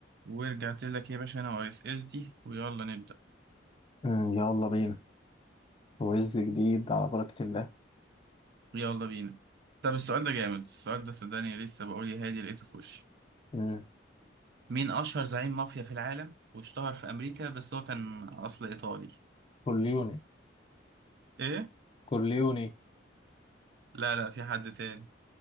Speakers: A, on the right; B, on the left.
A: ورجعت لك يا باشا انا واسئلتي ويلا نبدا
B: مم، يلا بينا ويز جديد على بركة الله
A: يلا بينا طب السؤال ده جامد السؤال ده صدقني لسه بقول يا هادي لقيته في وشي
B: مم.
A: مين اشهر زعيم مافيا في العالم واشتهر في امريكا بس هو كان اصل ايطالي
B: كورليوني
A: ايه
B: كورليوني
A: لا لا في حد تاني